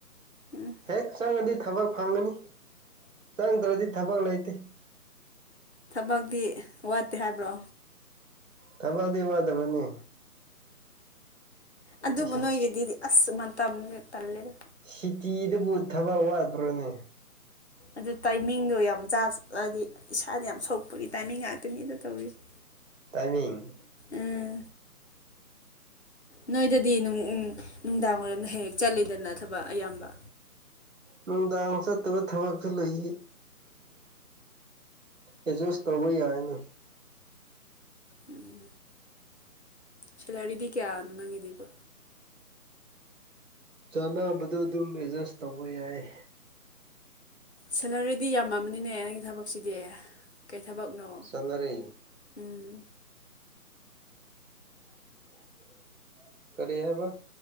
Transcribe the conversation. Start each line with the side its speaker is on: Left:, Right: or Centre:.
Left: ꯎꯝ
Right: ꯍꯦꯛ ꯆꯪꯉꯗꯤ ꯊꯕꯛ ꯐꯪꯒꯅꯤ ꯆꯪꯗ꯭ꯔꯗꯤ ꯊꯕꯛ ꯂꯩꯇꯦ꯫
Left: ꯊꯕꯛꯇꯤ ꯋꯥꯠꯇꯦ ꯍꯥꯏꯕ꯭ꯔꯣ?
Right: ꯊꯕꯛꯗꯤ ꯋꯥꯗꯕꯅꯤ꯫
Left: ꯑꯗꯨꯕꯨ
Right: ꯏꯁ
Left: ꯅꯣꯏꯒꯤꯗꯤꯗꯤ ꯑꯁ ꯃꯇꯝꯁꯦ ꯇꯜꯂꯦꯗ꯫
Right: ꯁꯤꯇꯤꯗꯕꯨ ꯊꯕꯛ ꯋꯥꯠꯇꯄ꯭ꯔꯣꯅꯦ?
Left: ꯑꯗꯨ ꯇꯥꯏꯃꯤꯡꯗꯣ ꯌꯥꯝ ꯆꯥ ꯍꯥꯏꯗꯤ ꯏꯁꯥꯗ ꯌꯥꯝ ꯁꯣꯛꯄꯒꯤ ꯇꯥꯏꯃꯤꯡ ꯉꯥꯛꯇꯅꯤꯗ ꯇꯧꯔꯤꯁꯦ꯫
Right: ꯇꯥꯏꯃꯤꯡ꯫
Left: ꯑꯥ ꯅꯣꯏꯗꯗꯤ ꯅꯨꯡ ꯎꯪ ꯅꯨꯡꯗꯥꯡ ꯋꯥꯏꯔꯝꯗ ꯍꯦꯛ ꯍꯦꯛ ꯆꯠꯂꯤꯗꯅ ꯊꯕꯛ ꯑꯌꯥꯝꯕ
Right: ꯅꯨꯡꯗꯥꯡ ꯆꯠꯇꯕ ꯊꯕꯛꯁꯨ ꯂꯩ ꯑꯦꯖꯁ ꯇꯧꯕ ꯌꯥꯏꯅ
Left: ꯎꯝ ꯁꯦꯂꯔꯤꯗꯤ ꯀꯌꯥꯅꯣ ꯅꯪꯒꯤꯗꯤꯕꯣ
Right: ꯆꯥꯅꯕꯗꯣ ꯑꯗꯨꯝ ꯑꯦꯗꯖꯁ ꯇꯧꯕ ꯌꯥꯏ
Left: ꯁꯦꯂꯔꯤꯗꯤ ꯌꯥꯝꯃꯝꯃꯅꯤꯅꯦ ꯅꯪꯒꯤ ꯊꯕꯛꯁꯤꯗꯤ ꯀꯩ ꯊꯕꯛꯅꯣ
Right: ꯆꯠꯅꯔꯤ
Left: ꯎꯝ
Right: <inaudible> ꯀꯔꯤ ꯍꯥꯏꯕ